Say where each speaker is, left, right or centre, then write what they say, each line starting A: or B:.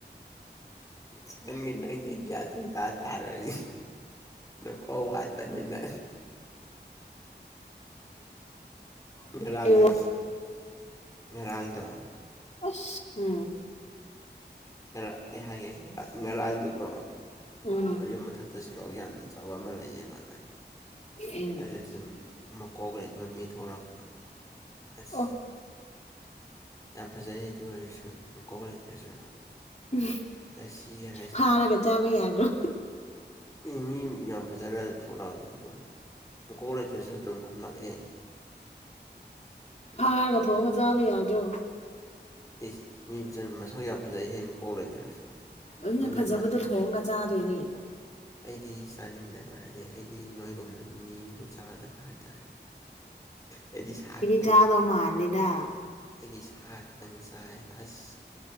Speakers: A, on the left; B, on the left.
A: <unintelligible> ꯁꯨꯡꯇꯥ ꯇꯥꯔꯣꯏ ꯅꯀꯣꯛ ꯋꯥꯠꯄꯅꯤꯅ ꯉꯔꯥꯡꯗꯣ
B: ꯑꯩ
A: ꯉꯔꯥꯡꯗꯣ
B: ꯁꯁ ꯎꯝ
A: ꯉꯔꯥꯡ ꯑꯩ ꯍꯥꯏꯒꯦ ꯉꯔꯥ ꯉꯔꯥꯡꯗꯨꯀꯣ
B: ꯎꯝ
A: ꯈꯣꯏ ꯌꯨꯝ ꯃꯊꯛꯇ ꯁꯨꯔꯛꯑ ꯌꯥꯝꯅ ꯆ ꯑꯆꯧꯕ ꯑꯃ ꯂꯩꯌꯦꯕ
B: ꯎꯝ
A: ꯑꯗꯨ ꯑꯗꯨꯝ ꯃꯀꯣꯛ ꯂꯩꯇ ꯑꯗ ꯃꯤ ꯊꯣꯛꯂꯛꯄ ꯑꯁ
B: ꯑꯣ
A: ꯌꯥꯝ ꯐꯖꯩ ꯑꯗꯨ ꯑꯣꯏꯔꯁꯨ ꯃꯀꯣꯛ ꯂꯩꯇ꯭ꯔꯁꯨ
B: ꯎꯝ
A: ꯔꯁꯤꯒ
B: ꯐꯥꯔꯒ ꯆꯥꯕ ꯌꯥꯗ꯭ꯔꯣ
A: ꯃꯤ ꯃꯤ ꯌꯥꯝ ꯐꯖꯔ ꯊꯣꯛꯂꯛꯏꯗꯨꯕꯨ ꯃꯀꯣꯛ ꯂꯩꯇ꯭ꯔꯁꯨ ꯑꯗꯨꯝ ꯈꯨꯝꯂꯛꯑꯦ
B: ꯐꯥꯔꯒ ꯊꯣꯡꯑꯒ ꯆꯥꯕ ꯌꯥꯗ꯭ꯔꯣ
A: ꯏꯖ ꯃꯤ ꯃꯁꯥ ꯃꯁꯛ ꯌꯥꯝ ꯐꯖꯩꯍꯦ ꯃꯈꯀꯣꯛ ꯂꯩꯇ꯭ꯔꯁꯨ
B: ꯑꯗꯨꯅꯦ
A: ꯃꯃꯤ
B: ꯐꯖꯕꯗꯣ
A: ꯑꯃ
B: ꯊꯣꯡꯑꯒ ꯆꯥꯗꯣꯏꯅꯦ
A: ꯗꯤ ꯆꯥꯅꯤꯡꯗꯕ ꯍꯥꯏꯗꯤ ꯑꯩꯗꯤ ꯅꯣꯏꯒꯨꯝꯅ ꯃꯤꯕꯨ ꯆꯥꯗꯕ ꯍꯥꯏꯇꯥꯔꯦ ꯑꯩꯗꯤ ꯁꯥ ꯈ
B: ꯆꯥꯗ ꯃꯥ ꯂꯤꯗ
A: ꯑꯩꯗꯤ ꯁꯥ ꯈꯛꯇꯪ ꯆꯥꯏ ꯑꯁ